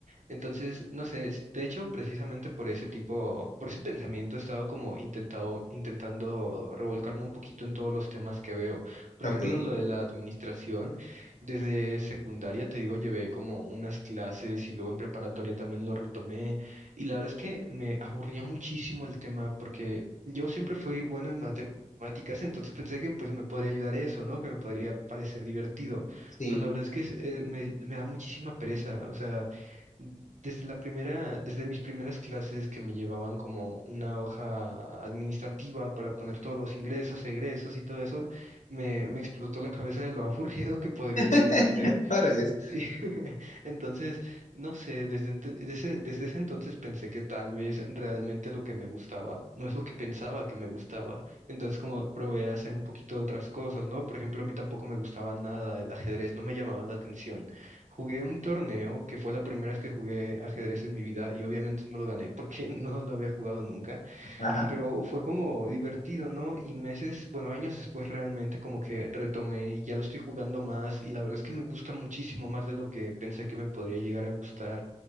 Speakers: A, on the right; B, on the left.
A: entonces, no sé, si- de hecho, precisamente por ese tipo, por ese pensamiento he estado como intentado, intentando revolcarme un poquito en todos los temas que veo. Por
B: Ok,
A: ejemplo, lo de la administración, desde secundaria, te digo, llevé como unas clases y luego en preparatoria también lo retomé. Y la verdad es que me aburría muchísimo el tema porque yo siempre fui bueno en matemáticas, entonces pensé que pues me podría ayudar eso, ¿no? Que me podría parecer divertido,
B: sí.
A: pero la verdad es que es, eh, me, me da muchísima pereza, o sea, desde la primera, desde mis primeras clases que me llevaban como una hoja administrativa para poner todos los ingresos, egresos y todo eso, me, me explotó la cabeza de lo <laughs> aburrido que podría
B: <laughs>
A: llegar a ser.
B: Órale.
A: Sí. <laughs> Entonces, no sé, desde, ente- desde, desde ese entonces pensé que tal vez realmente lo que me gustaba no es lo que pensaba que me gustaba. Entonces, como probé a hacer un poquito de otras cosas, ¿no? Por ejemplo, a mí tampoco me gustaba nada el ajedrez, no me llamaba la atención. Jugué un torneo que fue la primera vez que jugué ajedrez en mi vida y obviamente no lo gané porque <laughs> no lo había jugado nunca,
B: Ajá.
A: pero fue como divertido, ¿no? Y meses, bueno, años después realmente como que retomé y ya lo estoy jugando más y la verdad es que me gusta muchísimo más de lo que pensé que me podría llegar a gustar.